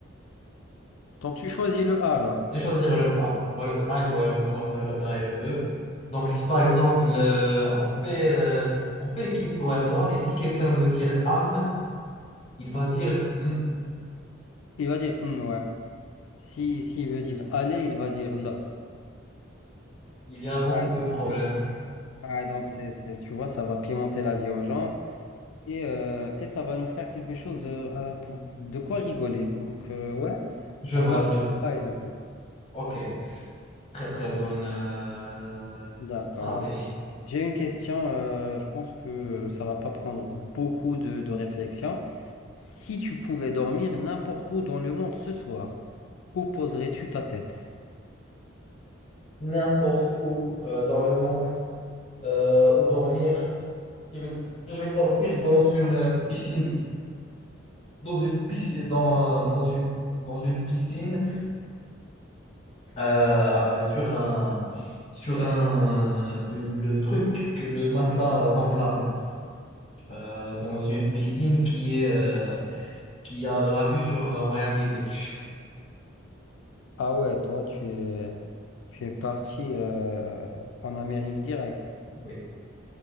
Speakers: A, on the left; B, on the left.
A: Donc, tu choisis le A alors.
B: je vais choisir le A. Moi, le A, il doit- on va faire le A et le E. Donc, si par exemple, euh, on fait, euh, on fait équipe, toi et moi, et si quelqu'un veut dire âme, il va dire Hmm,
A: Il va dire, hmm, ouais. Si, s'il veut dire aller, il va dire l'ar.
B: il y a beaucoup
A: Ah, donc
B: de problèmes.
A: c'est, ah, donc c'est, c'est- tu vois, ça va pimenter la vie aux gens. Et, euh, et ça va nous faire quelque chose de, euh, pour- de quoi rigoler. Donc, euh, ouais,
B: Je
A: on
B: vote,
A: garde
B: je
A: le
B: vote.
A: A et le E.
B: Ok, très très bonne euh,
A: D'accord.
B: stratégie.
A: J'ai une question, euh, je pense que ça va pas prendre beaucoup de, de réflexion. Si tu pouvais dormir n'importe où dans le monde ce soir, où poserais-tu ta tête?
B: N'importe où euh, dans le monde, euh, où dormir. Je vais, je vais dormir dans une piscine, dans une piscine, dans, dans une, dans une piscine, euh, avec- sur un, sur un, une- le truc, que- le matelas gonflable, euh, dans une piscine qui est, euh, qui a la vue sur euh, Miami Beach.
A: Ah ouais, toi, tu es, tu es parti euh, en Amérique directe.
B: Oui.